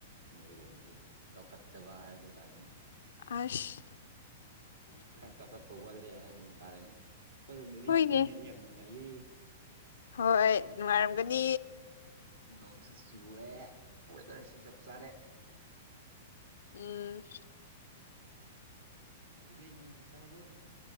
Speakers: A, on the right (about 75°); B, on the left (about 65°).
A: ꯅꯩꯔꯣꯝꯁꯦ ꯆꯥꯎꯈꯠꯇꯕ ꯍꯥꯏꯕꯗꯨ ꯇꯥꯔꯦꯅꯦ <inaudible>
B: ꯑꯁ
A: ꯈꯔꯥ ꯆꯥꯎꯈꯠꯄ ꯋꯥꯠꯂꯦ ꯍꯥꯏꯕ ꯇꯥꯔꯦꯅꯦ ꯑꯩꯈꯣꯏꯔꯣꯝꯗꯗꯤ
B: ꯍꯣꯏꯅꯦ
A: ꯆꯤꯡꯅꯦꯅ ꯌꯥꯝ ꯅꯨꯡꯉꯥꯏꯌꯦ
B: ꯍꯣꯏ ꯅꯨꯡꯉꯥꯏꯔꯝꯒꯅꯤ
A: ꯅꯣꯡꯁꯦ ꯆꯨꯑꯦ ꯋꯦꯗꯔꯁꯦ ꯆꯞ ꯆꯥꯔꯦ
B: ꯎꯝ
A: ꯀꯩꯗꯧꯔꯤꯒꯦ ꯅꯪꯒꯤ ꯆꯥꯛ ꯆꯥꯔꯕꯣ